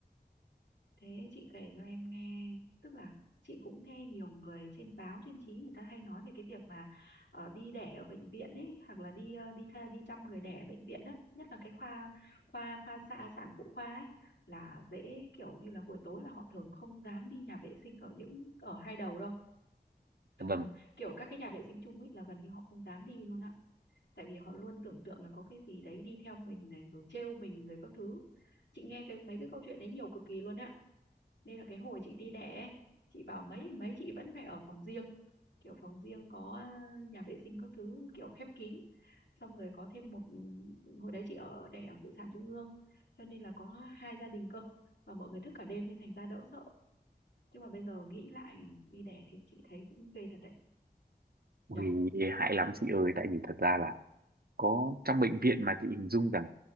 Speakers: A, on the left; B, on the right.
A: Thế chị kể cho em nghe, tức là chị cũng nghe nhiều người trên báo trên chí người ta hay nói về cái việc mà ờ, đi đẻ ở bệnh viện ấy hoặc là đi ờ, đi tha, đi chăm người đẻ ở bệnh viện á, nhất là cái khoa khoa khoa xạ sản phụ khoa ấy là dễ kiểu như là buổi tối là họ thường không dám đi nhà vệ sinh ở những ở hai đầu đâu.
B: vâng
A: <laughs> kiểu các cái nhà vệ sinh chung ấy là gần như họ không dám đi luôn á, tại vì họ luôn tưởng tượng là có cái gì đấy đi theo mình này rồi trêu mình rồi các thứ. Chị nghe cái mấy cái câu chuyện đấy nhiều cực kỳ luôn á nên là cái hồi chị đi đẻ ấy, chị bảo mấy thì mấy chị vẫn phải ở phòng riêng kiểu phòng riêng có à, nhà vệ sinh các thứ kiểu khép kín xong rồi có thêm một ừ, hồi đấy chị ở đẻ ở phụ sản trung ương cho nên là có hai gia đình cơ và mọi người thức cả đêm nên thành ra đỡ sợ chứ mà bây giờ nghĩ lại đi đẻ thì chị thấy cũng ghê thật đấy
B: ui
A: nhở
B: hại lắm chị ơi tại vì thật ra là có trong bệnh viện mà chị hình dung rằng